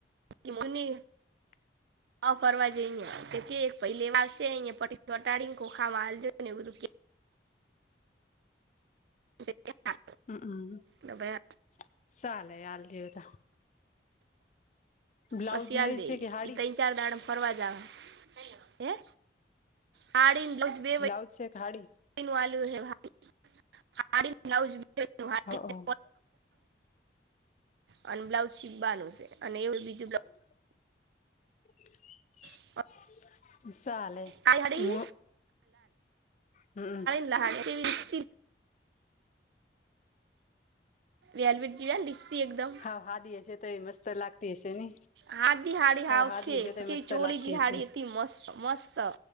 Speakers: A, on the right; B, on the left.
A: એમને
B: <inaudible>
A: અ ફરવા જે અ કે પહી લે આવશે અયા પ વટાડીને ખોખામાં હાલજો ને એ બધું ક કે- કે હા.
B: હમ હમ
A: તો ભાઈ
B: સાલે આલ જવ તો બ્લાઉઝ
A: પછી
B: નેય
A: આલ દે
B: છે કે હાડી
A: ઈ ત્રણ ચાર દાડ ફરવા જ આવે હે હાડી ન બ્લાઉઝ બે
B: બ્લાઉઝ છેક હાડી
A: <unintelligible> હાડી ન બ્લાઉઝ હાડીને
B: હા હ.
A: અને બ્લાઉજ શીવાનું છે અને એવું બીજું બ્લા
B: <unintelligible>
A: બ્લાઉઝ
B: સાલેે
A: કાળી હાડી
B: મુ હમ
A: લ હાડી <unintelligible> વેલવેટ જી લિ્સી એકદમ
B: હા દી છે. જે તો મસ્ત લાગતી હશે ને.
A: હા દિ હાડી
B: હાવ
A: હાખે
B: હાદી હશે
A: પછ
B: તો મસ્ત
A: ચોરી
B: લાગતી
A: જીહાડી
B: હશે
A: અથી મસ્ત મસ્ત